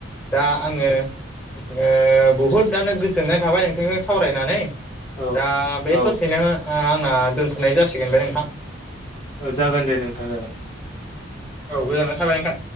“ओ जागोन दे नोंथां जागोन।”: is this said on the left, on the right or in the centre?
Left